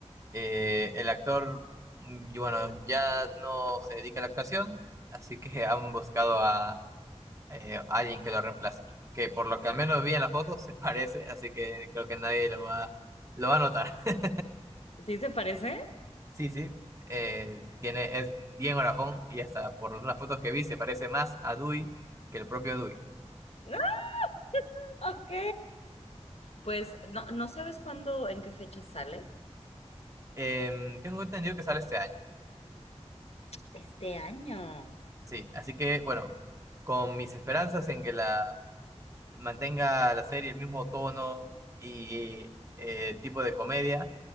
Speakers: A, on the right; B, on the left.
A: eh, el actor, mm, y bueno, ya no se dedica a la actuación, así que <laughs> han buscado a eh, alguien que lo reemplace. Que por lo que al menos vi en la foto <laughs> se parece, así que creo que nadie lo va, lo va a notar. <laughs>
B: ¿Sí se parece?
A: Sí, sí, eh, tiene, es bien orajón y hasta por unas fotos que vi se parece más a Dewey que el propio Dewey.
B: <laughs> Ok. Pues no, no sabes cuándo, en qué fecha sale.
A: Em, tengo entendido que sale este año,
B: Este año.
A: sí, así que bueno, con mis esperanzas en que la mantenga la serie el mismo tono y eh, tipo de comedia,